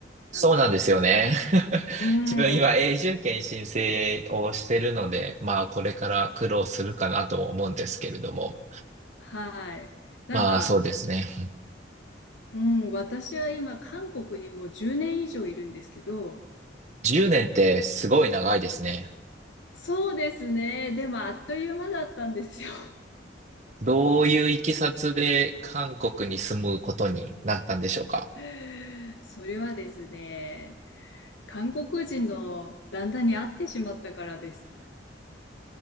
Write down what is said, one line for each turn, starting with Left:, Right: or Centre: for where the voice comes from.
Left: なんか、
Right: そうなんですよね。<laughs>
Left: うん、
Right: 自分今永住権申請をしてるので、まあこれから苦労するかなと思うんですけれども。
Left: はい。なんか、
Right: まあそうですね。
Left: うん、私は今、韓国にもう10年以上いるんですけど、
Right: 10年ってすごい長いですね。
Left: そうですね。でも、あっという間だったんですよ。
Right: どういういきさつで韓国に住むことになったんでしょうか
Left: <laughs> それはですね、韓国人の旦那に会ってしまったからです。